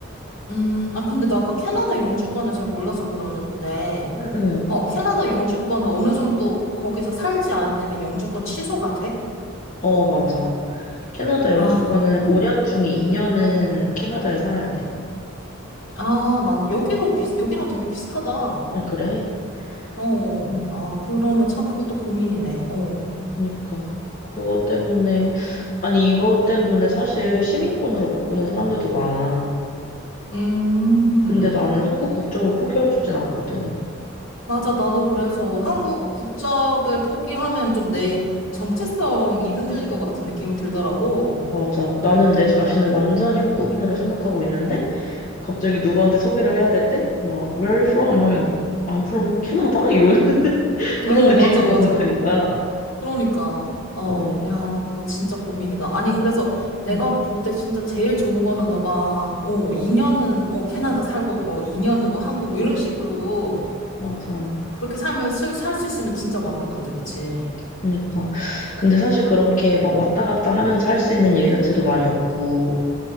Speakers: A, on the left; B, on the left.
A: 음, 아, 근데 나 아까 캐나다 영주권을 잘 몰라서 그러는데,
B: 응응.
A: 어, 캐나다 영주권은 어느 정도 거기서 살지 않으면 영주권 취소가 돼?
B: 어, 맞아. 캐나다 영주권은
A: 아,
B: 5년 중에 2년은 캐나다에 살아야 돼.
A: 아, 만 여기로 비, 여기랑 되게 비슷하다.
B: 아, 그래?
A: 어,
B: 음.
A: 아, 그러면 참 그것도 고민이네. 어.
B: 그러니까. 그것 때문에,
A: 뭐,
B: 아니, 이것 때문에 사실 시민권으로 바꾸는 사람들도 많아.
A: 음,
B: 근데 나는 한국 국적을 포기하고 싶진 않거든.
A: 맞아. 나도 그래서 한국 국적을 포기하면 좀 내 정체성이 흔들릴 것 같은 느낌이 들더라고.
B: 맞아. 나는 내 자신을 완전히 한국인으로 생각하고 있는데, 갑자기 누구한테 소개를 해야 될 때, 막, where are you from? 하면, I'm from 캐나다? 이런, <laughs> 그런
A: 어,
B: 느낌일
A: 맞아, 맞아.
B: 것 같은 거야.
A: 그러니까, 어,
B: 어,
A: 야, 뭐 진짜 고민이다. 아니, 그래서 내가
B: 음,
A: 볼 때 진짜 제일 좋은 거는 너가, 어, 2년은, 어, 캐나다 살고, 뭐, 2년은 뭐, 한국, 뭐, 이런 식으로
B: 맞아.
A: 그렇게 삶을 살 수 있으면 진짜 완벽한데, 그치?
B: 그니까. 근데 사실 그렇게 막 왔다 갔다 하면서 할 수 있는 일 자체도 많이 없고,